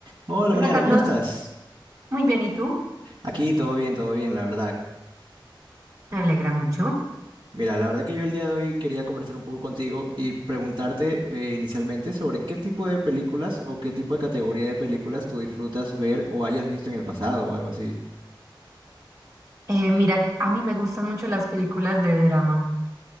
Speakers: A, on the right; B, on the right.
A: Hola
B: Hola
A: Mariana,
B: Carlos,
A: ¿cómo estás?
B: muy bien, ¿y tú?
A: Aquí todo bien, todo bien, la verdad.
B: Me alegra mucho.
A: Mira, la verdad que yo el día de hoy quería conversar un poco contigo y preguntarte eh, inicialmente sobre qué tipo de películas o qué tipo de categoría de películas tú disfrutas ver o hayas visto en el pasado o algo así.
B: Eh, mira, a mí me gustan mucho las películas de drama.